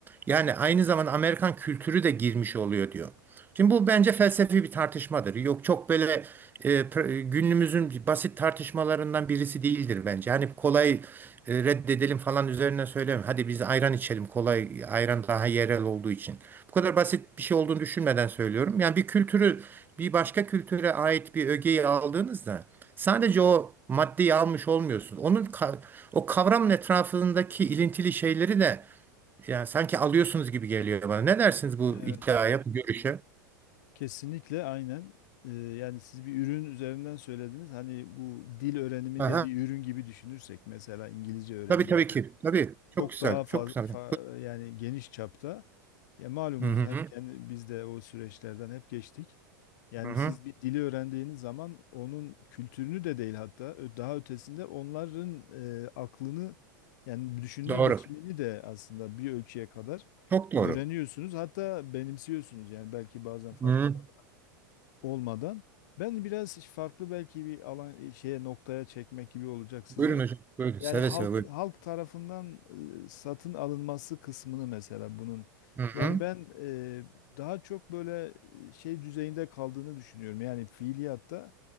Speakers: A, on the right; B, on the left.
A: Yani aynı zamanda Amerikan kültürü de girmiş oluyor diyor. Şimdi bu bence felsefi bir tartışmadır. Yok çok böyle e, pr- günümüzün basit tartışmalarından birisi değildir bence. Hani kolay e, reddedelim falan üzerine söylemiyorum. Hadi biz ayran içelim kolay ayran daha yerel olduğu için. Bu kadar basit bir şey olduğunu düşünmeden söylüyorum. Yani bir kültürü bir başka kültüre ait bir ögeyi aldığınızda sadece o maddeyi almış olmuyorsunuz. Onun ka- o kavramın etrafındaki ilintili şeyleri de yani sanki alıyorsunuz gibi geliyor bana. Ne dersiniz bu
B: Evet.
A: iddiaya, bu görüşe?
B: Kesinlikle aynen. Ee, yani siz bir ürün üzerinden söylediniz. Hani bu dil öğrenimini
A: Aha.
B: de bir ürün gibi düşünürsek mesela İngilizce öğrenimi
A: Tabii tabii ki. Tabii. Çok
B: çok
A: güzel.
B: daha fazla
A: Çok güzel hocam.
B: yani geniş çapta. Ya malumunuz
A: Buyurun.
B: hani
A: Hı hı.
B: kendi biz de o süreçlerden hep geçtik. Yani
A: Hı hı.
B: siz bir dili öğrendiğiniz zaman onun kültürünü de değil hatta ö- daha ötesinde onların e, aklını yani düşünme
A: Doğru.
B: biçimini de aslında bir ölçüye kadar
A: Çok doğru.
B: öğreniyorsunuz. Hatta benimsiyorsunuz yani belki bazen farkında
A: Hı.
B: olmadan. Ben biraz farklı belki bir alan e, şeye noktaya çekmek gibi olacak size.
A: Buyurun hocam. Buyurun. Seve
B: Yani halk
A: seve buyurun.
B: halk tarafından e, satın alınması kısmını mesela bunun.
A: Hı hı.
B: Yani ben e, daha çok böyle e, şey düzeyinde kaldığını düşünüyorum. Yani fiiliyatta